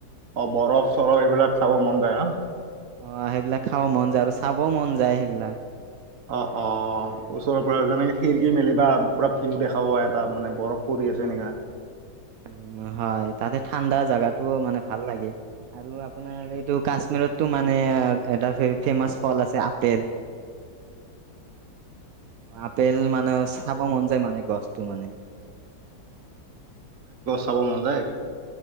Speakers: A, on the right (about 50°); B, on the right (about 70°).
A: অ', বৰফণচৰফ এইবিলাক চাব মন যায় ন'?
B: অ', সেইবিলাক খাব মন যায় আৰু চাবও মন যায় সেইবিলাক।
A: অ', অ', ওচৰ পৰা যেনেকে খিৰিকি মেলিবা পুৰা ভিউ দেখা পাবা এটা মানে বৰফ পৰি আছে এনেকা।
B: উম, হয় তাতে ঠাণ্ডা জাগাটোও মানে ভাল লাগে আৰু আপোনাৰ এই টো কাশ্মীৰতটো মানে এটা ফেমাচ ফল আছে, আপেল। আপেল মানে চাব মন যায় মানে গছটো মানে।
A: খাব মন যায়?